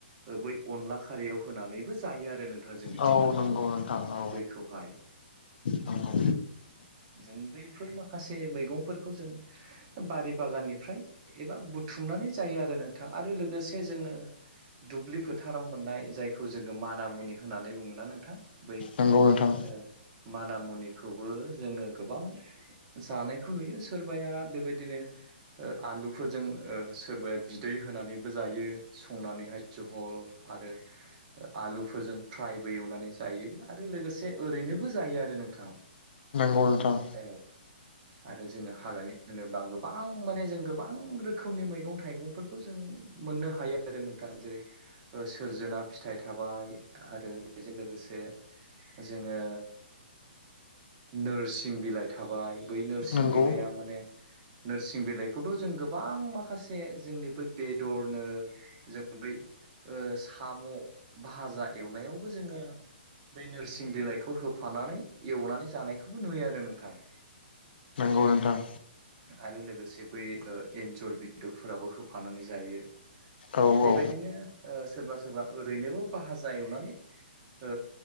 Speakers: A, on the right; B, on the left.
A: ओ बै अनला खारियाव होनानैबो जायो आरो नों थां जोंनिथिं
B: औ
A: माने
B: नंगौ नोंथां औ
A: बैखौहाय
B: नंगौ
A: जों बैफोर माखासे मैगंफोरखौ जों बारि बागाननिफ्राय एबा बुथुमनानै जायो आरो नोंथां आरो लोगोसे जोंङो दुब्लि फोथाराव मोननाय जायखौ जोंङो माना मुनि होननानै बुङो ना नोंथां बै
B: नंगौ नोंथां
A: ओ माना मुनिखौबो जोंङो गोबां जानायखौ नुयो सोरबाया बेबायदिनो आलुफोरजों सोरबाया बिदै होनानैबो जायो संनानैहाय जहल आरो आलुफोरजों फ्रायबो एवनानै जायो आरो लोगोसे ओरैनो बो जायो आरो नोंथां
B: औ नोंथां
A: औ आरो जोंङो हाग्रानि होनोब्ला गोबां माने जों गोबां रोखोमनि मैगं थाइगंफोरखौ खौ जों मोननो हायो आरो नोंथां जेरै सोरजोना फिथाइ थाबाय आरो बेजों लोगोसे जोंङो नोरसिं बिलाइ थाबाय बै नोरसिं
B: नंगौ
A: बिलाइया माने नोरसिं बिलाइखौथ' जों गोबां माखासे जोंनि बै बेदरनो जों बै साम' भाजा एवनायावबो जोंङो बै नोरसिं बिलाइखौ हो फानानै एवनानै जानायखौबो नुयो आरो नोंथां।
B: औ नोंथां
A: आरो लोगोसे बै एन्जर बेदरफोरावबो होफानानै जायो।
B: औ
A: बेबायदिनो
B: औ
A: सोरबा सोरबा ओरैनोबो भाजा एवनानै ओ